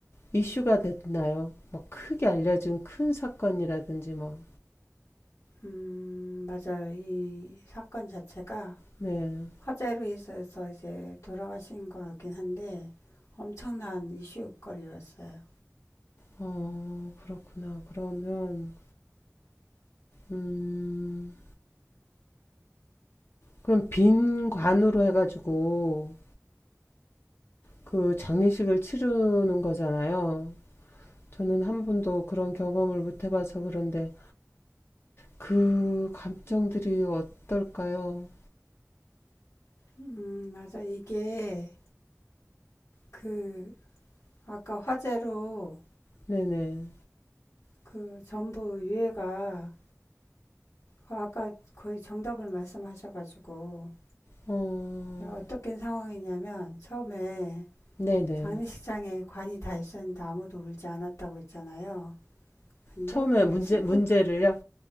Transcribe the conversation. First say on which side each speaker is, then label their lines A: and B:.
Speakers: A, on the left; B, on the left.
A: 이슈가 됐나요? 뭐 크게 알려진 큰 사건이라든지 뭐.
B: 음, 맞아요. 이 사건 자체가
A: 네.
B: 화재로 인해서 이제 돌아가신 거긴 한데 엄청난 이슈거리였어요.
A: 어, 그렇구나. 그러면 음. 그럼 빈 관으로 해가지고 그 장례식을 치르는 거잖아요. 저는 한 번도 그런 경험을 못 해봐서 그런데 그 감정들이 어떨까요?
B: 음, 맞아. 이게 그 아까 화재로
A: 네네.
B: 그 전부 유해가 그 아까 거의 정답을 말씀하셔가지고
A: 어,
B: 어떻게 상황이냐면 처음에
A: 네네.
B: 장례식장에 관이 다 있었는데 아무도 울지 않았다고 했잖아요. 근데
A: 처음에
B: 그게
A: 문제,
B: 슬프,
A: 문제를요?